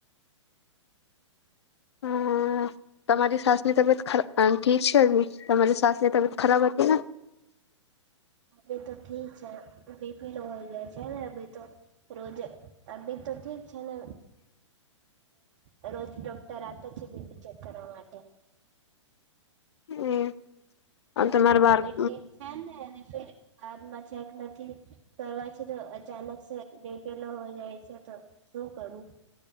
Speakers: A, on the left (about 60°); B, on the right (about 40°).
A: હમ તમારી સાસની તબિયત ખ ઠીક છે હજી તમારી સાસની તબિયત ખરાબ હતી ને
B: હ તો ઠીક છે બીપીલો હોય ગયા છે ને તો રોજુ અભી તો ઠીક છે ને ર રોજ ડોક્ટર આચ બટ ચકર માટે.
A: હમ. હ તમા મારે વાર
B: હવે
A: હ.
B: ઠીક છે ને અને ફિર બાદમાં ચેક નથી કરવા છે તો અચાનક છે બેઠેલો હો જાય છે તો શું કરું.